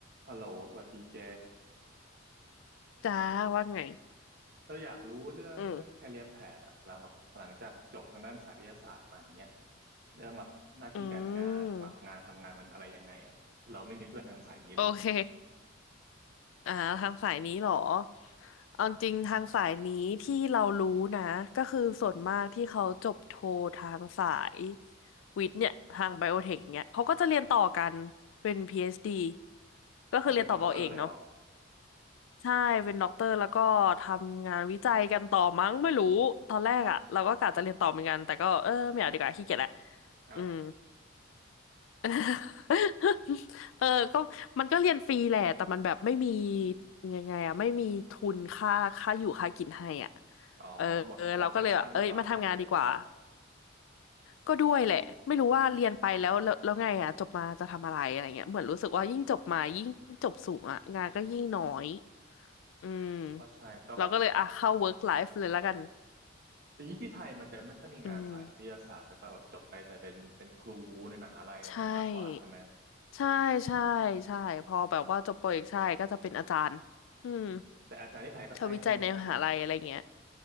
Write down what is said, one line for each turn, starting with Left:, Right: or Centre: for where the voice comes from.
Right: ฮัลโหลสวัสดีแก
Left: จ้าว่าไง
Right: เราอยากรู้เรื่องเรื่อง
Left: อืม
Right: career path อะหลังแบบหลังจากจบทางด้านสายวิทยาศาสตร์มาอย่างเงี้ยเรื่องแบบหน้าที่การงานสมัครงานทำงานมันอะไรยังไงอะเราไม่มีเพื่อนทางสายนี้เลย
Left: อืมโอเคอ่าทางสายนี้เหรอเอาจริงทางสายนี้ที่เรารู้นะ
Right: ใช่ใช่
Left: ก็คือส่วนมากที่เขาจบโททางสายวิทย์เนี่ยทางไบโอเทคอย่างเงี้ยเขาก็จะเรียนต่อกันเป็น PhD ก็คือเรียนต่อปอเอกเนาะ
Right: อ๋อเป็นด็อกเตอร์เลยเหรอ
Left: ใช่ เป็นด็อกเตอร์แล้วก็ทำงานวิจัยกันต่อมั้งไม่รู้ ตอนแรกอะเราก็กะจะเรียนต่อเหมือนกันแต่ก็เออไม่เอาดีกว่าขี้เกียจแหละ
Right: อ้าว
Left: อืม <laughs> เออก็มันก็เรียนฟรีแหละแต่มันแบบไม่มียังไงอะไม่มีทุนค่าค่าอยู่ค่ากินให้อ่ะ
Right: อ๋อหมดหมดแพชชั่นหรือเปล่าไม่อยากเรียนแล้ว
Left: เออเราก็เลยแบบเอ้ยมาทำงานดีกว่าก็ด้วยแหละไม่รู้ว่าเรียนไปแล้วแล้วแล้วไงอ่ะจบมาจะทำอะไรอะไรเงี้ยเหมือนรู้สึกว่ายิ่งจบมายิ่งจบสูงอ่ะงานก็ยิ่งน้อยอืม
Right: ก็ใช่แต่ก็
Left: เราก็เลยอ่ะเข้า work life เลยแล้วกัน
Right: แต่ยิ่งที่ไทยมันจะไม่ค่อยมีงานสายวิทยาศาสตร์แต่ป่ะแบบจบไปใส่เป็นเป็นครูในมหาลัยอย่างนั้นมากกว่าใช่ไหม
Left: อืมใช่ใช่ใช่ใช่พอแบบว่าจบโปรเอกใช่ก็จะเป็นอาจารย์อืม
Right: แต่อาจารย์ที่ไทยก็ไส้แห้งเหมือนกันนะ
Left: เธอวิจัยในมหาลัยอะไรเงี้ย